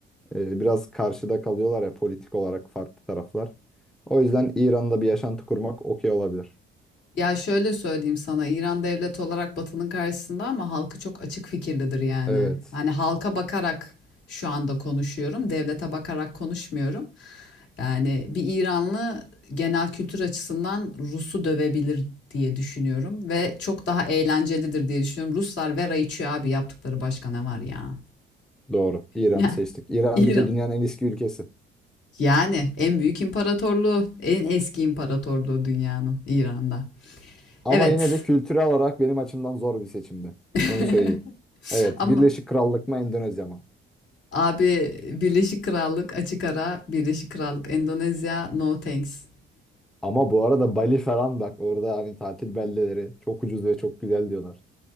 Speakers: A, in the centre; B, on the left (about 65°).
A: e, biraz karşıda kalıyorlar ya politik olarak farklı taraflar. O yüzden İran'da bir yaşantı kurmak okey olabilir.
B: Ya şöyle söyleyeyim sana, İran devlet olarak Batı'nın karşısında ama halkı çok açık fikirlidir yani.
A: Evet.
B: Hani halka bakarak şu anda konuşuyorum, devlete bakarak konuşmuyorum. Yani bir İranlı genel kültür açısından Rus'u dövebilir diye düşünüyorum ve çok daha eğlencelidir diye düşünüyorum. Ruslar vera içiyor abi yaptıkları başka ne var ya?
A: Doğru. İran'ı
B: <laughs> Yani
A: seçtik. İran
B: İran.
A: bir de dünyanın en eski ülkesi.
B: Yani en büyük imparatorluğu, en eski imparatorluğu dünyanın İran'da.
A: Ama
B: Evet.
A: yine de kültürel olarak benim açımdan zor bir seçimdi.
B: <laughs>
A: Onu söyleyeyim. Evet,
B: Ama
A: Birleşik Krallık mı Endonezya mı?
B: Abi Birleşik Krallık açık ara Birleşik Krallık Endonezya no thanks.
A: Ama bu arada Bali falan bak orada hani tatil beldeleri çok ucuz ve çok güzel diyorlar.